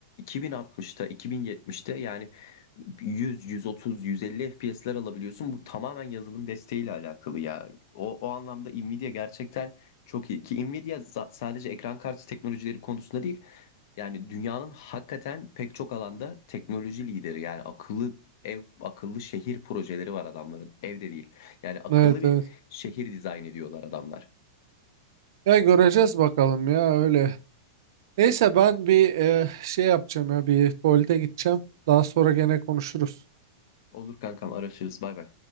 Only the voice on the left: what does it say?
2060'ta 2070'te yani 100, 130, 150 FPS'ler alabiliyorsun. Bu tamamen yazılım desteğiyle alakalı ya. O, o anlamda Nvidia gerçekten çok iyi. Ki Nvidia za- sadece ekran kartı teknolojileri konusunda değil. Yani dünyanın hakikaten pek çok alanda teknoloji lideri. Yani akıllı ev, akıllı şehir projeleri var adamların. Evde değil. Yani akıllı
bir
şehir dizayn ediyorlar adamlar.
Olur kankam araşırız. Bay bay.